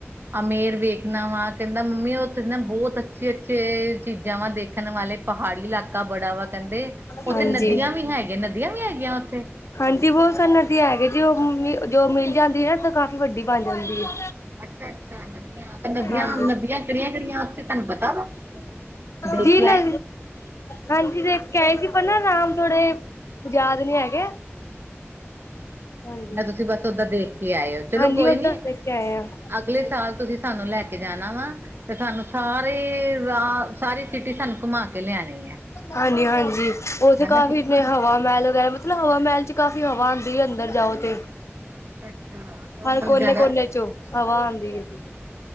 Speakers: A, on the right; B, on the left.
A: ਅਮੇਰ ਵੇਖਣਾ ਵਾ ਕਹਿੰਦਾ ਮੰਮੀ ਉਹਥੇ ਨਾ ਬਹੁਤ ਅੱਛ ਅੱਛੇ ਅੱਛੇ ਚੀਜ਼ਾਂ ਵਾ ਦੇਖਣ ਵਾਲੇ ਪਹਾੜੀ ਇਲਾਕਾ ਬੜਾ ਵਾ ਕਹਿੰਦੇ ਉੱਥੇ
B: ਹਾਂਜੀ
A: ਨਦੀਆਂ ਵੀ ਹੈਗੀਆਂ ਨਦੀਆਂ ਵੀ ਹੈਗੀਆਂ ਉੱਥੇ
B: ਹਾਂਜੀ ਬਹੁਤ ਸਨਾਂ ਦੀ ਹੈਗੇ ਜੀ ਉਹ ਮੰ ਜੋ ਮਿਲ ਜਾਂਦੀ ਹੈ ਨਾ ਤਾਂ ਕਾਫ਼ੀ ਵੱਡੀ ਬਣ ਜਾਂਦੀ ਹੈ
A: ਅੱਛਾ ਅੱਛਾ ਨਦੀੀਆਂ ਨਦੀਆਂ
B: ਹਾਂਜੀ
A: ਨਦੀਆਂ ਕਿਹੜੀਆਂ ਕਿਹੜੀਆਂ ਉੱਥੇ ਤੁਹਾਨੂੰ ਪਤਾ ਵਾ ਦੇਖ
B: ਜੀ
A: ਕੇ
B: ਨਾ
A: ਆਏ
B: ਹਾਂਜੀ ਤੇ ਕਹਿ ਸੀ ਪਰ ਨਾ ਆਰਾਾਮ ਥੋੜੇ ਯਾਦ ਨਹੀਂੀ ਹੈਗੇ ਹਾਂਜੀ।
A: ਮੈਂ ਤੁਸੀਂ ਬਸ ਓਦਾਂ ਦੇਖ ਕੀ ਆਏ ਹੋ ਚਲੋ
B: ਹਾਂਜੀ
A: ਕੋਈ
B: ਓਦਾਂ
A: ਨੀ
B: ਦੇਖ ਕੇ ਆਏ ਆ।
A: ਅਗਲੇ ਸਾਲ ਤੁਸੀਂ ਸਾਨੂੰ ਲੈ ਕੇ ਜਾਣਾ ਵਾ ਤੇ ਸਾਨੂੰ ਸਾਰੀ ਸਾਰੀ ਸਿਟੀ ਸਾਨੂੰ ਘੁਮਾ ਕੇ ਲਿਆਣੀ ਆ
B: ਹਾਂਜੀ-ਹਾਂਜੀ ਉੱਥੇ
A: ਹਜੀ
B: ਕਾਫ਼ੀ ਨੇ ਹਵਾ ਮਹਿਲ ਵਗੈਰਾ ਮਤਲਬ ਹਵਾ ਮਹਿਲ ਚ ਕਾਫ਼ੀ ਹਵਾ ਆਉਂਦੀ ਹੈ ਅੰਦਰ ਜਾਓ ਤੇ
A: ਅੱਛਾ-ਅੱਛਾ ਤੇ ਉਹ
B: ਹਰ
A: ਮਤਲਬ
B: ਕੋਨੇ
A: ਜਿਆਦਾ
B: ਕੋਨੇ ਚੋਂ ਹਵਾ ਆਉਂਦੀ ਹੈ ਜੀ